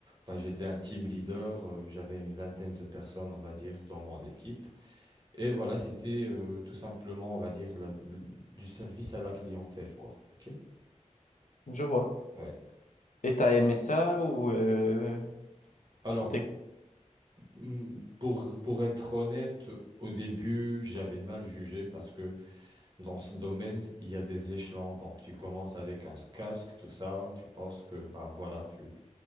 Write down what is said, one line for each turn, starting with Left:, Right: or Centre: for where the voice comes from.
Right: Ben, j'étais un team leader, euh, j'avais une vingtaine de personnes, on va dire, dans mon équipe. Et voilà, c'était euh, tout simplement, on va dire, la- l- du service à la clientèle, quoi. OK?
Left: Je vois.
Right: Ouais.
Left: Et t'as aimé ça ou euh,
Right: Alors,
Left: c'était...
Right: hmm, pour, pour être honnête, au début, j'avais mal jugé parce que dans ce domaine, il y a des échelons. Donc, tu commences avec un casque, tout ça. Tu penses que, bah voilà, tu,